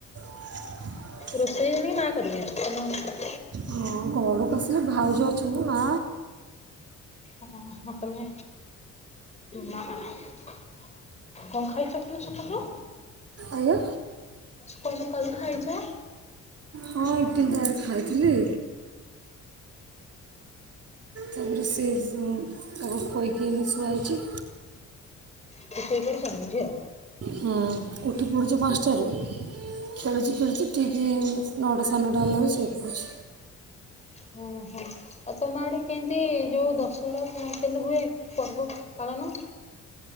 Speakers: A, on the right; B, on the left.
A: <inaudible>
B: ରୋଷେଇ ଜାଣିକି ମା କରିବେ ତମ ମା।
A: ହଁ ଘରକୁ ଆସିଲେ ଭାଉଜ ଅଛନ୍ତି ମା
B: ଅ ହଁ ତମେ ମା କଣ ଖାଇଛ କିଲ ସକାଳୁ?
A: ଆଜ୍ଞା।
B: କଣ ସକାଳୁ ଖାଇଛ?
A: ହଁ ଇଟିଲି ତକାରୀ ଖାଇଥିଲି। ତାପରେ ସେ ତାକୁ ଖୋଇକି ଏଇନେ ଶୁଆଇଛି।
B: ସେ ଶୋଇପଡ଼ିଛନ୍ତି ଝିଅ?
A: ହଁ ଉଠି ପଡ଼ୁଚି ପାଞ୍ଚଟାରୁ। ଖେଳୁଚି ଖେଳୁଚି ଠିକି ନଅଟା ସାଢ଼େନଅଟା ହେଲାବେଳକୁ ଶୋଇପଡ଼ୁଛି।
B: ଓହୋ ଆଉ ତମଆଡ଼େ କେମିତି ଯଉ ଦଶହରା କେମିତି ହୁଏ ପର୍ବ ପାଳନ?